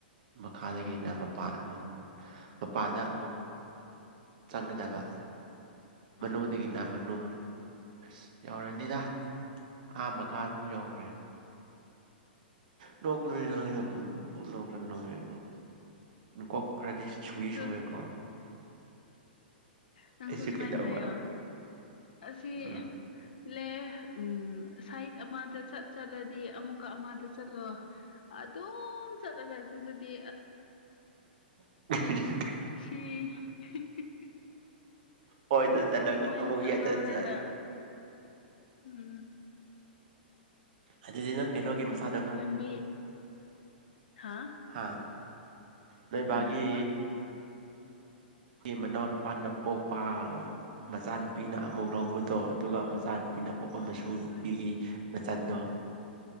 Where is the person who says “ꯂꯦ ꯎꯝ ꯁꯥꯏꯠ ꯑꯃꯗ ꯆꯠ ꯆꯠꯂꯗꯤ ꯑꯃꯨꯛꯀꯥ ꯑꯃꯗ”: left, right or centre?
Left